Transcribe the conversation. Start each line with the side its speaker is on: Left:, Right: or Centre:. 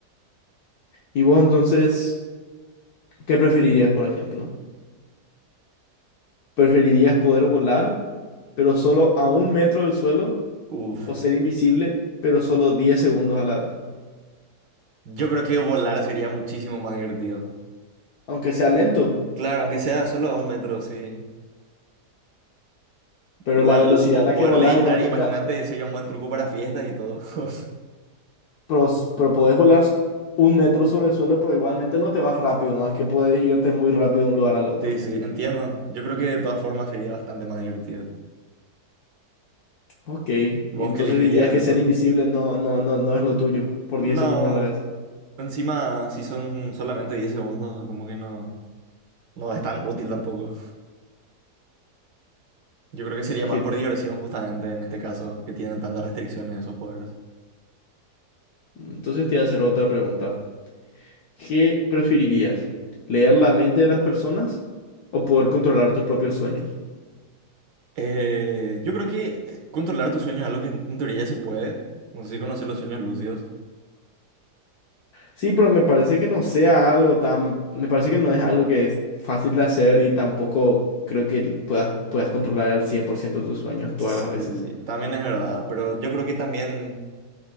Left: ¿Y vos entonces qué preferirías, por ejemplo? ¿Preferirías poder volar, pero solo a un metro del suelo,
Right: <laughs>
Left: o
Right: Uf.
Left: ser invisible, pero solo 10 segundos a la vez?
Right: Yo creo que volar sería muchísimo más divertido.
Left: Aunque sea lento,
Right: Claro, aunque sea solo a un metro, sí.
Left: pero
Right: Igual
Left: la velocidad
Right: po-
Left: a la
Right: poder
Left: que volás
Right: levitar,
Left: igualmente,
Right: imagínate,
Left: a-
Right: sería un buen truco para fiestas y todo. <laughs>
Left: pero, s- pero podés volar s- un metro sobre el suelo, pero igualmente no te vas rápido, no es que puedes irte muy rápido de un lugar al otro.
Right: Sí, sí, entiendo. Yo creo que de todas formas sería bastante más divertido.
Left: Ok, y
Right: ¿Vos
Left: entonces
Right: qué elegirías
Left: dirías
Right: de
Left: que
Right: eso?
Left: ser invisible no, no, no, no es lo tuyo, por
Right: No,
Left: 10 segundos a la vez.
Right: encima si son solamente 10 segundos, como que no, no es tan útil tampoco. Yo creo que sería
Left: Ok,
Right: más por diversión, justamente, en este caso, que tienen tantas restricciones esos poderes.
Left: entonces te voy a hacer otra pregunta. ¿Qué preferirías? ¿Leer la mente de las personas o poder controlar tus propios sueños?
Right: Eh, yo creo que eh, controlar tus sueños es algo que en en teoría ya se puede. No sé si conocer los sueños lúcidos.
Left: Sí, pero me parece que no sea algo tan... Me parece que no es algo que es fácil de hacer y tampoco creo que puedas, puedas controlar al 100% tus sueños
Right: Sí.
Left: todas las veces.
Right: También es verdad, pero yo creo que también